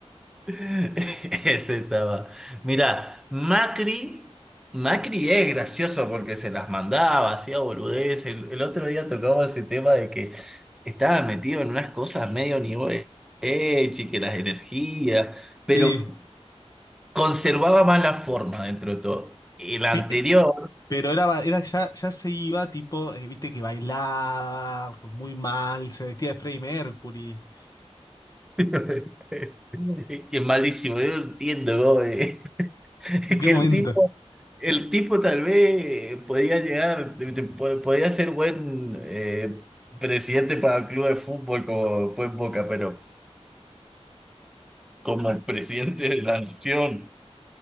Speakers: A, in the centre; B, on the left.
A: <laughs> Ese estaba. Mira, Macri, Macri es gracioso porque se las mandaba, hacía boludez. El, el otro día tocaba ese tema de que estaba metido en unas cosas medio nivel y que las energías, pero
B: Sí,
A: conservaba más la forma dentro de todo. El
B: sí,
A: anterior,
B: pero era, ba- era ya, ya se iba, tipo, eh, viste que bailaba muy mal, se vestía de Freddie Mercury.
A: <laughs> que es malísimo, yo no entiendo, ¿no? <laughs> <laughs> que
B: ¿En qué momento?
A: el tipo, el tipo tal vez podía llegar, te- te- po- podía ser buen eh, presidente para el club de fútbol como fue en Boca, pero como presidente de la nación,